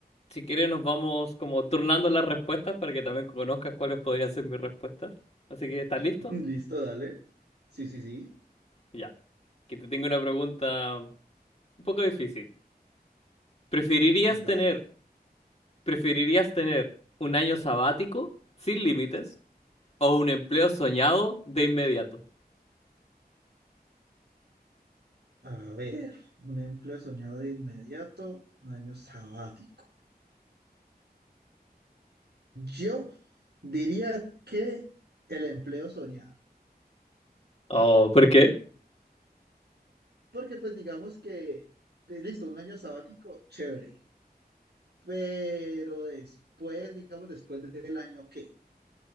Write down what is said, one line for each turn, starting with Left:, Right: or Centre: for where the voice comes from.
Left: si quieres, nos vamos como turnando las respuestas para que también conozcas cuáles podrían ser mis respuestas. Así que, ¿estás listo?
Right: <laughs> listo, dale. Sí, sí, sí,
Left: Ya. Que te tengo una pregunta un poco difícil. ¿Preferirías
Right: dale.
Left: tener, preferirías tener un año sabático sin límites o un empleo soñado de inmediato?
Right: A ver, un empleo soñado de inmediato, un año sabático. Yo diría que el empleo soñado,
Left: Oh, ¿por qué?
Right: porque pues digamos que, te- listo, un año sabático, chévere, pero después, digamos, después del año, ¿qué?